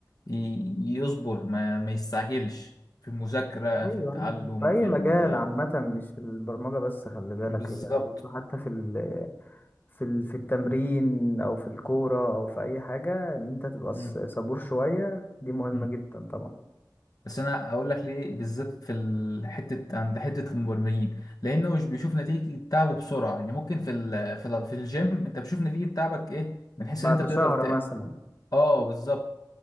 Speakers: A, on the left; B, on the left.
A: ي- يصبر ما, ما يستعجلش في المذاكرة
B: ايوه
A: في التعلم
B: أيوة. في اي
A: في
B: مجال
A: ال...
B: عامه مش في البرمجه بس خلي بالك
A: بالظبط
B: هي برضه حتى في ال في ال في التمرين او في الكوره او في اي حاجه ان انت تبقى ص-
A: مم.
B: صبور شويه دي مهمه
A: مم.
B: جدا طبعا
A: بس أنا أقول لك ليه بالذات في ال- حتة عند حتة المبرمجين لأنه مش بيشوف نتيجة تعبه بسرعة يعني ممكن في ال... في ال... في الجيم أنت بتشوف نتيجة تعبك إيه من حيث
B: بعد
A: إن أنت بتقدر
B: شهر
A: ت...
B: مثلا
A: اه بالظبط